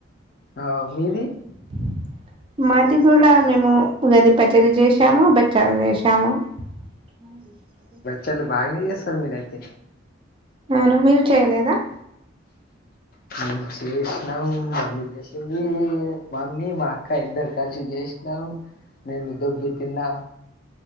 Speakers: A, on the left; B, on the right.
A: ఆ మీది
B: <inaudible> మాది కూడా మేము ఉగాది పచ్చడి చేసాము బచ్చాలు చేసాము <inaudible>
A: చల్ భాగ న సర మీదయితే
B: అవును మీర్ చేయలేదా
A: మేము చేసినాం మమ్మీ చేసింది మమ్మీ మా అక్క ఇద్దరు కలిసి చేసినాం నేను దొబ్బి తిన్నా